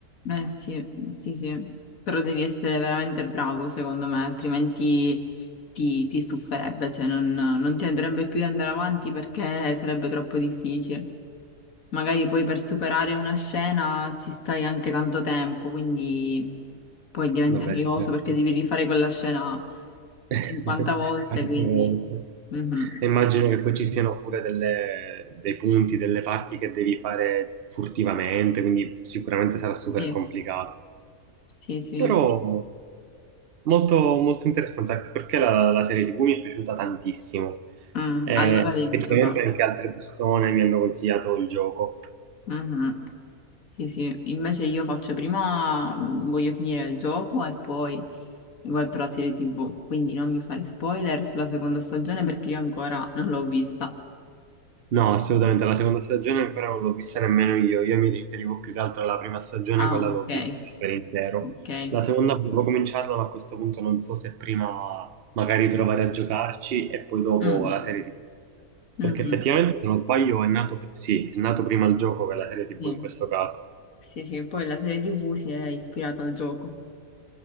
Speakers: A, on the left; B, on the right.
A: eh sì, sì, sì. Però devi essere veramente bravo, secondo me, altrimenti ti, ti stuferebbe, cioè non, non ti andrebbe più di andare avanti perché sarebbe troppo difficile. Magari poi per superare una scena ci stai anche tanto tempo, quindi poi diventa
B: Vabbè,
A: noioso
B: sì, certo.
A: perché devi rifare quella scena
B: <laughs>
A: 50 volte,
B: Anche
A: quindi...
B: veramente.
A: mhm.
B: E immagino che poi ci siano pure delle- dei punti, delle parti che devi fare furtivamente, quindi sicuramente sarà super
A: Sì.
B: complicato.
A: Sì, sì.
B: Però molto, molto interessante, anche perché la, la serie TV mi è piaciuta tantissimo.
A: Mm,
B: E
A: allora devi
B: effettivamente
A: giocare.
B: anche altre persone mi hanno consigliato il gioco.
A: Mhm. Sì, sì. Invece io faccio prima, mm, voglio finire il gioco e poi guardo la serie TV. Quindi non mi fare spoiler sulla seconda stagione perché io ancora non l'ho vista.
B: No, assolutamente, la seconda stagione ancora non l'ho vista nemmeno io, io mi riferivo più che altro alla prima stagione,
A: Ah,
B: quella
A: ok,
B: l'ho vista per intero.
A: ok.
B: La seconda devo cominciarla, ma a questo punto non so se prima magari provare a giocarci e poi dopo
A: Mm,
B: la serie TV.
A: mhm,
B: Perché effettivamente, se non sbaglio, è nato, sì, è nato prima il gioco che la serie TV
A: Sì.
B: in questo caso.
A: Sì, sì. Poi la serie TV si è ispirata al gioco.